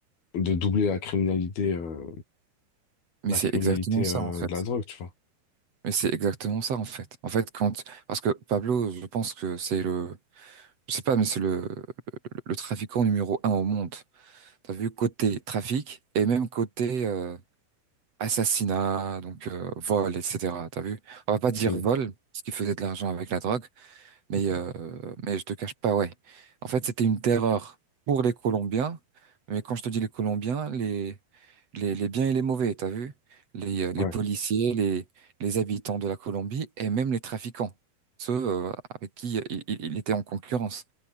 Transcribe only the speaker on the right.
Mais c'est
exactement ça
en fait.
Mais c'est exactement ça en fait. En fait, quand parce que Pablo, je pense que c'est le Je sais pas, mais c'est le, le, le trafiquant numéro un au monde. T'as vu côté trafic et même côté euh, assassinat, donc euh, vol, etc. T'as vu? On va pas dire
vol, parce qu'il faisait de l'argent avec la drogue, mais euh, mais je te cache pas, ouais. En fait, c'était une terreur pour les Colombiens, mais quand je te dis les Colombiens, les les, les biens et les mauvais, t'as vu? Les, euh, les
policiers, les les habitants de la Colombie et même les trafiquants, ceux euh, avec qui il il- il était en concurrence